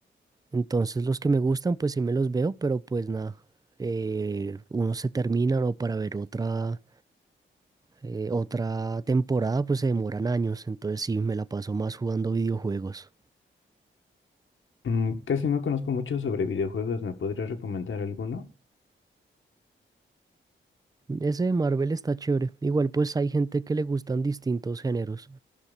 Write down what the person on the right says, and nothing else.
Entonces los que me gustan, pues sí me los veo, pero pues nada, eh, unos se terminan o para ver otra eh, otra temporada pues se demoran años, entonces sí, me la paso más jugando videojuegos.
Ese de Marvel está chévere. Igual pues hay gente que le gustan distintos géneros.